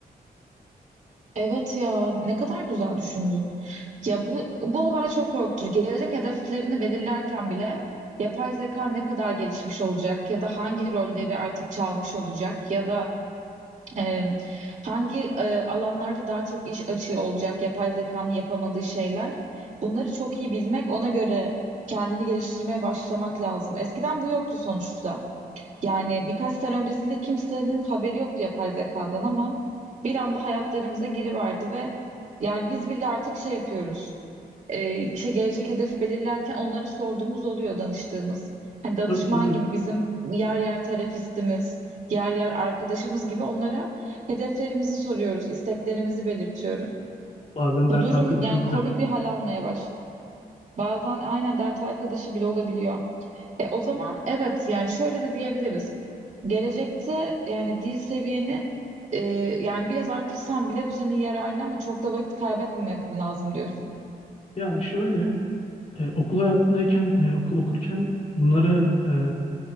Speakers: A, on the right; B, on the left.
A: Evet ya ne kadar güzel düşündün. Ya bu bu olay çok korkutucu. Gelecek hedeflerini belirlerken bile yapay zeka ne kadar gelişmiş olacak ya da hangi rolleri artık çalmış olacak ya da Eee, hangi eee, alanlarda daha çok iş açığı olacak, yapay zekanın yapamadığı şeyler. Bunları çok iyi bilmek, ona göre kendini geliştirmeye başlamak lazım. Eskiden bu yoktu sonuçta. Yani birkaç sene öncesinde kimsenin haberi yoktu yapay zekadan ama bir anda hayatlarımıza giriverdi ve yani biz bile artık şey yapıyoruz e, işte gelecek hedef belirlerken onlara sorduğumuz oluyor danıştığımız. Hani danışman
B: Tabii tabii.
A: gibi bizim yer yer terapistimiz, yer yer arkadaşımız gibi onlara hedeflerimizi soruyoruz, isteklerimizi belirtiyoruz.
B: Bazen
A: Bu
B: dert
A: durum
B: arkadaşı
A: yani
B: oluyor.
A: komik
B: <laughs>
A: bir hal almaya başladı. Bazen aynen dert arkadaşı bile olabiliyor. E, o zaman evet yani şöyle de diyebiliriz. Gelecekte yani dil seviyeni e, yani biraz artırsan bile bu senin yararına ama çok da vakit kaybetmemek lazım diyorsun.
B: Ya şöyle e, okul hayatındayken e, okul okurken bunları e,